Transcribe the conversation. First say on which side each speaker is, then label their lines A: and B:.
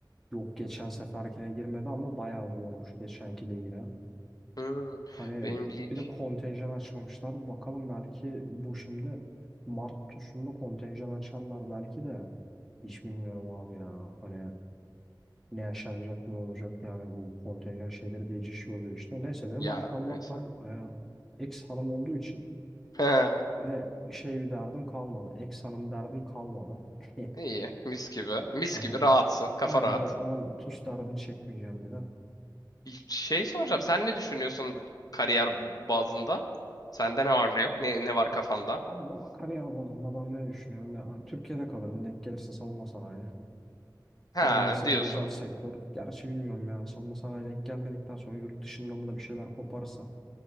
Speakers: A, in the centre; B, on the left.
A: Yok geçen seferkine girmedi ama bayağı zormuş geçenki de yine.
B: Hmm,
A: Hani
B: benim bir iki...
A: bir de kontenjan açmamışlar. Bakalım belki bu şimdi Mart TUS'unda kontenjan açarlar belki de. Hiç bilmiyorum abi ya. Hani ne yaşanacak ne olacak yani bu kontenjan şeyleri değişiyor oluyor işte. Neyse benim
B: Ya
A: artık Allah'tan
B: neyse.
A: e, ex hanım olduğu için
B: <laughs>
A: Hani şey bir derdim kalmadı. Ex hanım derdim kalmadı. <laughs>
B: İyi mis gibi. Mis
A: Hani
B: gibi rahatsın. Kafa
A: aynen
B: rahat.
A: öyle onun tuz derdini çekmeyeceğim bir de.
B: Şey soracağım sen ne düşünüyorsun kariyer bazında? Sende ne var ne yok? Ne, ne var kafanda?
A: Ama valla kariyer bazında ben ne düşünüyorum ya. Ben Türkiye'de kalırım denk gelirse savunma sanayi.
B: Ha
A: Gelmezse
B: diyorsun.
A: de özel sektör. Gerçi bilmiyorum yani savunma sanayi denk gelmedikten sonra yurt dışından da bir şeyler koparsam.